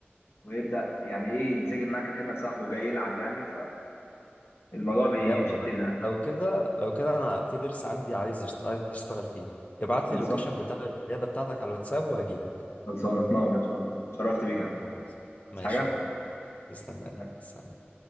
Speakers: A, on the left (about 85°); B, on the left (about 35°).
A: ويبدا يعني ايه ينسجم معاك كانك صاحبه جاي يلعب يعني فالموضوع بيمشي
B: جامد ولا
A: كده
B: لو كده لو كده انا في ضرس عندي عايز يشت... عايز اشتغل فيه ابعت
A: يعني.
B: لي اللوكيشن بتاع العياده بتاعتك على الواتساب وهجيلك
A: خلاص هتنور ان شاء الله اتشرفت بيك يا عم.
B: خلاص ماشي
A: عايز حاجه
B: يا قلبي. تسلم
A: سلام.
B: يا قلبي. سلام.